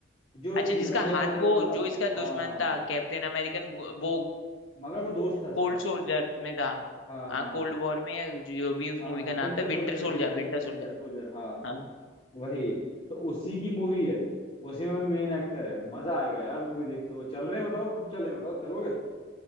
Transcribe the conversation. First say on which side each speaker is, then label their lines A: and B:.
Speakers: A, on the left; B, on the left.
A: जो एक
B: अच्छा जिसका
A: लंबे लंबे
B: हाथ वो
A: वाला
B: जो इसका
A: हाँ
B: दुश्मन था कैप्टन अमेरिकन वो
A: मगर वो दोस्त था इसका
B: कोल्ड सोल्जर में था
A: हाँ
B: हाँ
A: हाँ
B: कोल्ड वॉर में या जो भी उस
A: हाँ
B: मूवी का नाम
A: winter
B: था
A: soldier
B: विंटर सोल्जर
A: winter
B: विंटर
A: winter
B: सोल्जर
A: soldier हाँ
B: हाँ
A: वही तो उसी की मूवी है उसी में मेन एक्टर है मजा आएगा यार मूवी देखते हुए चल रहे हैं बताओ कब चल रहे हैं बताओ चलोगे